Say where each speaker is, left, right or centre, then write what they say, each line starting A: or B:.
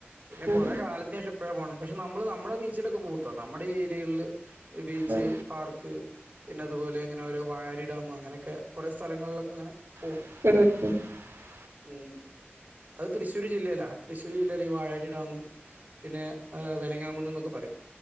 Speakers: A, on the right; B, on the right.
A: പിന്നെ
B: ഉം
A: കൊറെ കാലത്തിന് ശേഷം ഇപ്പഴാ പോണേ പക്ഷെ നമ്മള് നമ്മുടെ ബീച്ചിലൊക്കെ പോവൂട്ടോ നമ്മുടെ ഏരിയകളില് ബീച്ച്
B: ഉം
A: പാർക്ക് പിന്നെ അതുപോലെ ഇങ്ങനെ ഒരു വാഴാനി ഡാം അങ്ങനെയൊക്കെ കൊറേ സ്ഥലങ്ങളിലൊക്കെ അങ്ങനെ പോകും
B: <unintelligible>
A: ഉം അത് തൃശൂര് ജില്ലയിലാ തൃശൂര് ജില്ലയിലാ ഈ വാഴാനി ഡാം പിന്നെ വെലങ്ങാൻ കുന്ന് എന്നൊക്കെ പറയും.